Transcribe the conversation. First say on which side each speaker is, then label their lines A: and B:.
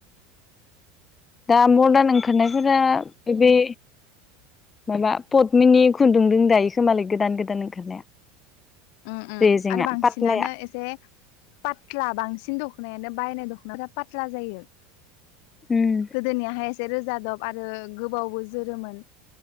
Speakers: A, on the left; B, on the left.
A: दा मदार्न ओंखारनायफोरा बे बे माबा पदमिनि खुन्दुंदों दायोखोमालाय गोदान गोदान ओंखारनाया
B: मम
A: रेजेंआ
B: आरो बांसिनानो
A: पातलाया
B: एसे पात्ला बांसिन दख'नायानो बायनाय दख'नाफ्रा पात्ला जायो
A: उम
B: गोदोनियाहाय एसे रोजादब आरो गोबावबो जोरोमोन